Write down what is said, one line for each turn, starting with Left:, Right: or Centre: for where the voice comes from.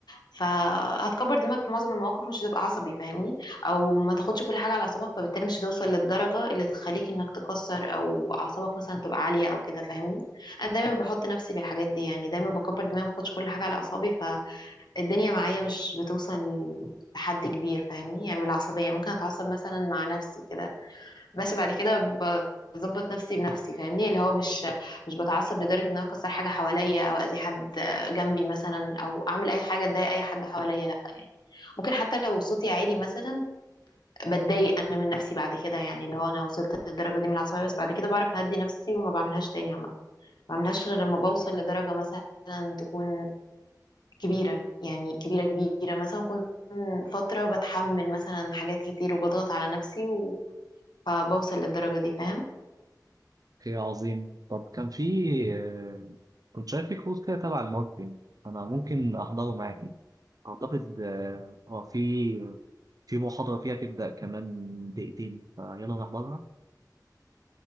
Left: فهتكبر دماغك في معظم المواقف مش هتبقى عصبي فاهمني او ما تاخدش كل حاجه على اعصابك فبالتالي مش هتوصل للدرجه اللي تخليك انك تكسر او اعصابك مثلا تبقى عاليه او كده فاهمني انا دايما بحط نفسي في الحاجات دي يعني دايما بكبر دماغي ما باخدش كل حاجه على اعصابي فالدنيا معايا مش بتوصل لحد كبير فاهمني يعني من العصبيه ممكن اتعصب مثلا مع نفسي كده بس بعد كده بظبط نفسي بنفسي فاهمني اللي هو مش مش بتعصب لدرجة ان انا اكسر حاجة حواليا او اذي حد جنبي مثلا او اعمل اي حاجة تضايق اي حد حواليا لا يعني ممكن حتى لو صوتي عالي مثلا بتضايق انا من نفسي بعد كده يعني اللي هو انا وصلت للدرجة دي من العصبية بس بعد كده بعرف اهدي نفسي وما بعملهاش تاني عامة ما بعملهاش غير لما بوصل لدرجة مثلا تكون كبيرة يعني كبيرة كبيرة مثلا كنت فترة بتحمل مثلا حاجات كتير وبضغط على نفسي و... فبوصل للدرجة دي فاهم
Right: اوكي عظيم طب كان في آه، كنت شايف في كورس كده تبع الماركتينج انا ممكن احضره معاكي اعتقد اه آه، في في محاضره فيها تبدا كمان دقيقتين فيلا نحضرها